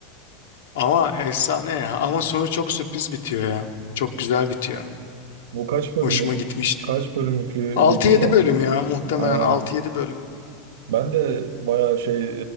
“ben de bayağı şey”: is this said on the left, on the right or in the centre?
Right